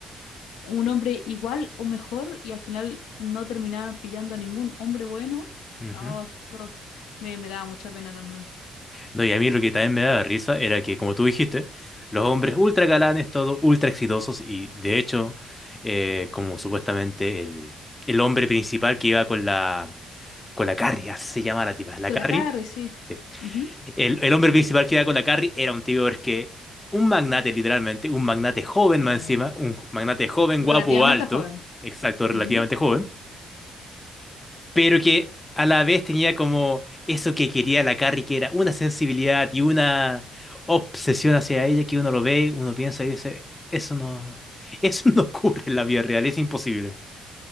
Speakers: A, on the left; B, on the left.
A: un hombre igual o mejor y al final no terminaba pillando a ningún hombre bueno.
B: ujú.
A: Oh, eso me, me daba mucha pena también.
B: No, y a mí lo que también me daba risa era que, como tú dijiste, los hombres ultra galanes, todos ultra exitosos, y de hecho, eh, como supuestamente el, el hombre principal que iba con la, con la Carrie, así se llama la tipa, la
A: Con
B: Carrie,
A: la Carrie, sí.
B: sí.
A: Ujú.
B: El, el hombre principal que iba con la Carrie era un tío es que, un magnate literalmente, un magnate joven
A: Sí.
B: más encima, un magnate joven,
A: Relativamente
B: guapo, alto,
A: joven.
B: exacto, relativamente
A: Ujú.
B: joven pero que a la vez tenía como eso que quería la Carrie, que era una sensibilidad y una obsesión hacia ella que uno lo ve, uno piensa y dice, eso no, eso <laughs> no ocurre en la vida real, es imposible.